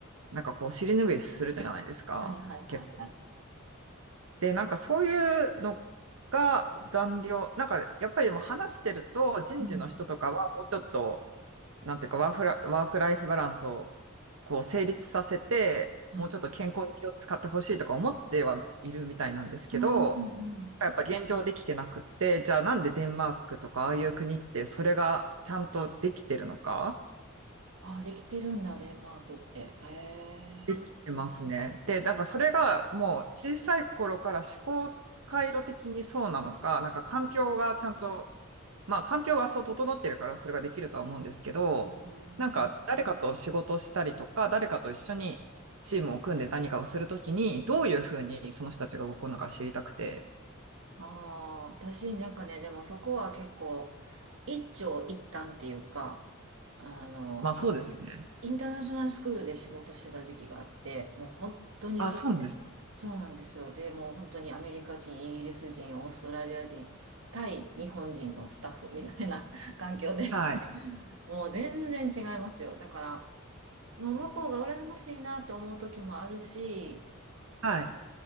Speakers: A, on the right; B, on the right.
A: なんかこう尻拭いするじゃないですか。
B: はいはいはいはい。
A: 結構で、なんかそういうのが残業、なんかやっぱりでも話してると人事の人とかはもうちょっと、
B: うん、
A: なんていうかワーフラ、ワークライフバランスをこう成立させて、
B: うん。
A: もうちょっと健康に気を使ってほしいとか思ってはいるみたいなんですけど、
B: うん、うん、うん。
A: やっぱ現状できてなくって、じゃあなんでデンマークとかああいう国ってそれがちゃんとできてるのか
B: あ、できてるんだ、デンマークって。へ
A: ってますね。
B: え。
A: で、なんかそれがもう小さい頃から思考回路的にそうなのか、なんか環境がちゃんとまあ、環境がそう整ってるからそれができるとは思うんですけど、
B: うん。
A: なんか誰かと仕事をしたりとか、誰かと一緒にチームを組んで何かをするときに、どういうふうにその人たちが動くのか知りたくて。
B: ああ、私なんかね、でもそこは結構、一長一短っていうか、あの、
A: まあ、そうですよね。
B: インターナショナルスクールで仕事してた時期があって、もう本当にそれで、
A: あ、そうなんです。
B: そうなんですよ。で、もう本当にアメリカ人、イギリス人、オーストラリア人、対日本人のスタッフみたいな <laughs> 環境で、
A: はい。
B: もう全然違いますよ。だから、もう向こうが羨ましいなと思う時もあるし、
A: はい。